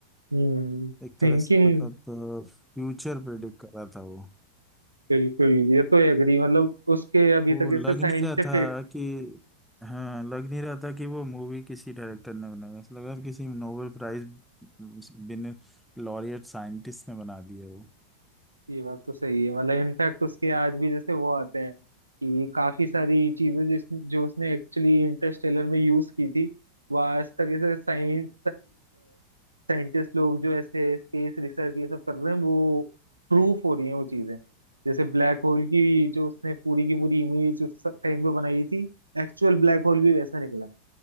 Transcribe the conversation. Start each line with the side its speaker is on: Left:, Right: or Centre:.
Right: हम्म
Centre: एक तरह
Right: थिंकिंग
Centre: से मतलब फ्यूचर प्रेडिक्ट कर रहा था वो
Right: बिल्कुल ये तो एग्री मतलब उसके अभी
Centre: वो
Right: तक
Centre: लग
Right: ऐसे साइंटिफिक
Centre: नहीं रहा था कि हाँ लग नहीं रहा था कि वो मूवी किसी डायरेक्टर ने बनाई है। ऐसा लग रहा था किसी नोबेल प्राइज बिन लॉरियट साइंटिस्ट ने बना दिया वो
Right: ये बात तो सही है मतलब इनफैक्ट उसके आज भी जैसे वो आते हैं कि काफी सारी चीजें जिस जो उसने एक्चुअली इंटरस्टेलर में यूज की थी वो आज तक ऐसे साइंस साइंटिस्ट लोग जो ऐसे स्पेस रिसर्च ये सब कर रहे हैं वो प्रूफ हो रही है वो चीजें जैसे ब्लैक होल की जो उसने पूरी की पूरी इमेज उस टाइम पे बनाई थी एक्चुअल ब्लैक होल भी वैसा निकला